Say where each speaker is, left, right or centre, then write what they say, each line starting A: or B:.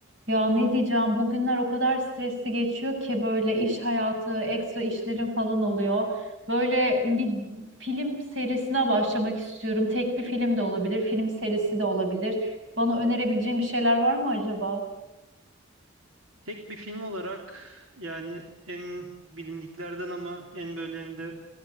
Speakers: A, on the right; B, on the right.
A: Ya ne diyeceğim bugünler o kadar stresli geçiyor ki böyle iş hayatı, ekstra işlerim falan oluyor. Böyle bir film serisine başlamak istiyorum. Tekli film de olabilir, film serisi de olabilir. Bana önerebileceğin bir şeyler var mı acaba?
B: Tek bir film olarak yani en bilindiklerden ama en böyle hem de